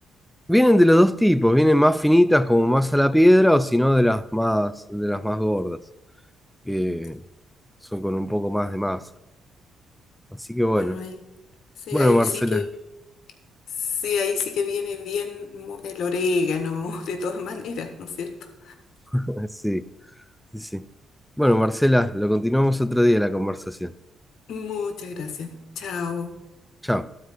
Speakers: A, in the centre; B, on the left.
A: Vienen de los dos tipos, vienen más finitas como más a la piedra o si no de las más, de las más gordas, que
B: Mm,
A: son con un poco más de masa. Así que bueno,
B: Bueno, ahí sí,
A: bueno
B: ahí
A: Marcela,
B: sí que sí, ahí sí que viene bien mu- el orégano, <laughs> de todas maneras, ¿no es cierto?
A: <laughs> sí, sí, sí. Bueno Marcela, lo continuamos otro día la conversación.
B: Muchas gracias. Chao.
A: Chao.